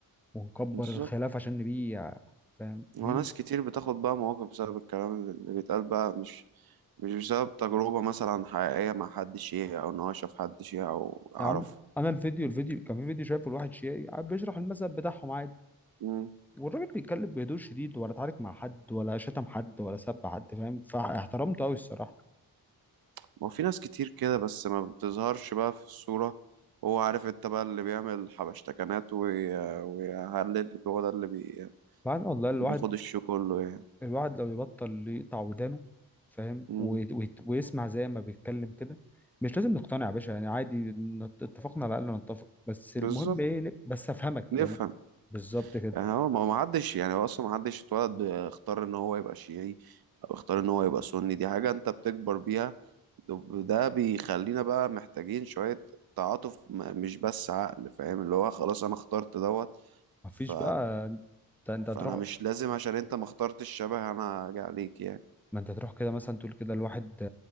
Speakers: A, in the centre; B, on the right (about 75°).
A: ونكبر
B: بالظبط
A: الخلاف عشان نبيع فاهم
B: وناس
A: بيع
B: كتير بتاخد بقى مواقف بسبب الكلام اللي بيتقال بقى مش مش بسبب تجربة مثلا حقيقية مع حد شيعي أو إن هو شاف حد شيعي أو عرف
A: يا عم انا الفيديو الفيديو كان في فيديو شايفه لواحد شيعي قاعد بيشرح المذهب بتاعهم عادي
B: مم.
A: والراجل بيتكلم بهدوء شديد ولا اتعارك مع حد ولا شتم حد ولا سب حد فاهم فاحترمته قوي الصراحه
B: ما في ناس كتير كده بس ما بتظهرش بقى في الصورة هو عارف انت بقى اللي بيعمل حبشتكنات وي- ويهلل هو ده اللي بي...
A: بعدين والله الواحد
B: بياخد الشو كله يعني
A: الواحد لو يبطل يقطع ودانه فاهم
B: مم.
A: وي- وي- ويسمع زي ما بيتكلم كده مش لازم نقتنع يا باشا يعني عادي نت- اتفقنا على الاقل نتفق بس المهم
B: بالظبط
A: ايه بس افهمك يعني
B: نفهم
A: بالظبط كده
B: يعني هو ما ما حدش يعني هو اصلا ما حدش اتولد اختار ان هو يبقى شيعي او اختار ان هو يبقى سني دي حاجة انت بتكبر بيها ده بيخلينا بقى محتاجين شوية تعاطف م- مش بس عقل فاهم اللي هو خلاص انا اخترت دوت
A: مفيش
B: ف
A: بقى انت انت
B: فانا
A: هتروح
B: مش لازم عشان انت ما اخترتش شبه انا اجي عليك يعني
A: ما انت تروح كده مثلا تقول كده الواحد